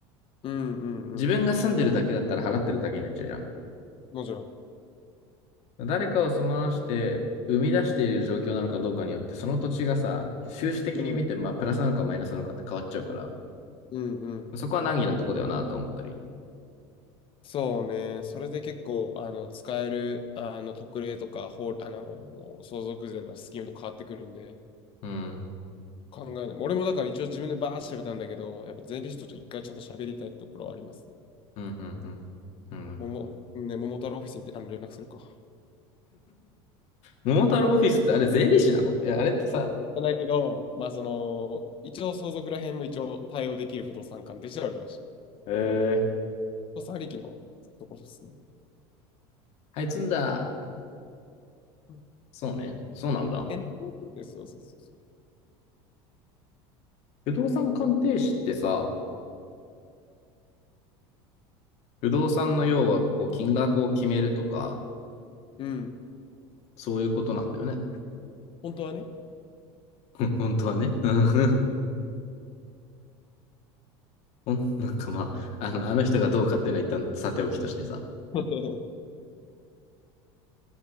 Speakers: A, on the left; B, on the left.
A: う。うんうんうん。
B: 自分が住んでるだけだったら払ってるだけになっちゃうじゃん。
A: もちろん。
B: 誰かを住まわして、生み出している状況なのかどうかによって、その土地がさ、収支的に見て、
A: うん
B: まあ、プラスなのかマイナスなのかって変わっちゃうから、
A: うんうん。
B: そこは難儀なとこだよなと思ったり。
A: そうね。それで結構、あの、使える、あの、特例とか、法、あの、相続税のスキームと変わってくるんで、
B: うん。
A: 考えない。俺もだから一応自分でバーッて喋ったんだけど、やっぱ税理士とちょっと一回ちゃんと喋りたいってところはありますね。
B: うん、うん、うん。うん。
A: もも、ね、桃太郎オフィスにあの連絡するか。
B: 桃太郎オフィスってあれ税理士なのいや、あれってさ、
A: じゃないけど、まあその、一応相続ら辺も一応対応できる不動産関係してあるらしい。
B: へえー、
A: 不動産利益のところですね。
B: はいつんだ。
A: うん
B: そうね。そうなんだ。
A: え、なそうそうそうそ
B: 不動産鑑定士ってさ、
A: う。
B: 不動産の要はこう金額を決めるとか、
A: うん、
B: そういうことなんだよね。
A: 本当はね。
B: <laughs> 本当はね。<laughs> うんほんなんかまあ、あの、あの人がどうかっていうのは一旦さておきとしてさ。
A: <laughs>